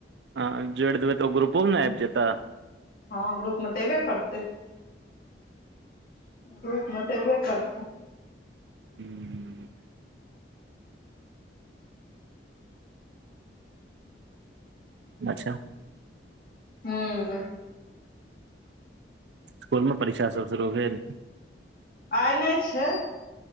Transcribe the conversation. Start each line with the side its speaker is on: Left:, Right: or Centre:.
Right: हँ जोड़ि देबै तऽ ओ ग्रुपो मे न आयब जेता
Left: हँ ग्रुपमे तऽ एबे करतै ग्रुपमे तऽ एबे कर
Right: हूं अच्छा
Left: हूं
Right: स्कूल मे परीक्षा सब शुरू भेल
Left: आय नय छैय